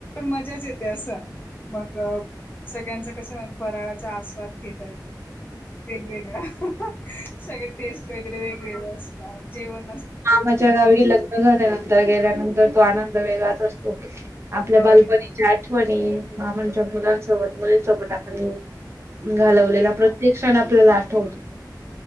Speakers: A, on the left; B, on the right.
A: मजाच येते असं मग सगळ्यांच कस फराळाचा आस्वाद घेतायेत वेगवेगळं सगळं ह ह ह टेस्ट वगैरे वेगवेगळं असत. चार जेवन.
B: आमाझ गावी लग्न झाल्या ना नंतर गेल्यानंतर तो आनंद वेगच असतो. ओे आपल्या
A: होय
B: बालबणीच्या
A: होय
B: आठवणी. मा म्हणजच्या मुलांसोबत मुलींसोबत आपण. घालवलेला
A: होय ना
B: प्रत्येक क्षण आपल्याला आ हौत <unintelligible>